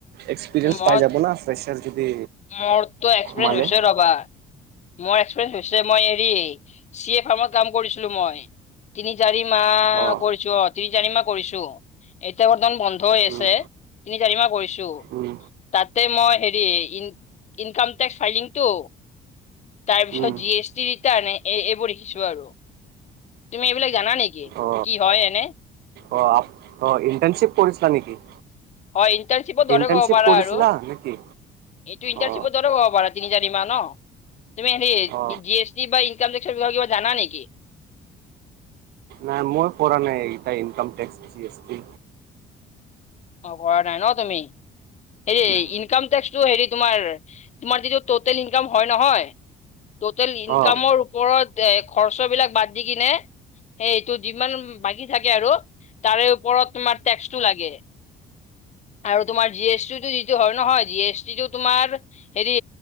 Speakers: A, on the right; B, on the left.
A: এক্সপিৰিয়েঞ্চ
B: মই
A: পায় যাব না বাই চান্স যদি
B: মোৰতো এক্সপিৰিয়েঞ্চ
A: সোমালে
B: হৈছে ৰ'বা। মোৰ এক্সপিৰিয়েন্ঞ্চ হৈছে, মই হেৰি চি এ ফাৰ্মত কাম কৰিছিলো মই। তিনি চাৰি মাহ
A: অ
B: কৰিছোঁ, অ' তিনি চাৰি মাহ কৰিছোঁ। এতিয়া বৰ্তমান বন্ধ হৈ
A: উম
B: আছে, তিনি চাৰি মাহ কৰিছোঁ।
A: উম।
B: তাতে মই হেৰি ইন-ইনকাম টেক্স ফাইলিংতটো তাৰ পিছত
A: উম
B: জি এছ টি ৰিটাৰ্ণ এ-এইবোৰ লিখিছোঁ আৰু। তুমি এইবিলাক জানা নেকি,
A: অ
B: কি হয় এনে?
A: অ', আপ অ', ইণ্টাৰ্নচিপ কৰিছিলা নেকি?
B: হয় ইণ্টাৰ্ণশ্বিপৰ দৰে
A: ইণ্টাৰ্ণশ্বিপ
B: ক'ব পাৰা
A: কৰিছিলা
B: আৰু।
A: নেকি
B: এইটো ইণ্টাৰশ্বিপৰ
A: অ
B: দৰে ক'ব পাৰা। তিনি চাৰিমাহ ন', তুমি হেৰি
A: অ
B: জি এছ টি বা ইনকাম টেক্সৰ বিষয় কিবা জানা নেকি?
A: নাই মই কৰা নাই income tax, G S T.
B: অ' কৰা নাই ন' তুমি? হেৰি
A: নাই
B: ইনকাম টেক্সটো হেৰি তোমাৰ, তোমাৰ যিটো ট'টেল ইনকাম হয় নহয় টুটেল ইনকামৰ
A: অ
B: ওপৰত এ, খৰচবিলাক বাদ দি কিনে সেই এইটো যিমান বাকী থাকে আৰু তাৰে ওপৰত তোমাৰ টেক্সটো লাগে। আৰু তোমাৰ জি এছ টিটো যিটো হয় নহয়, জি এছ টিটো তোমাৰ হেৰি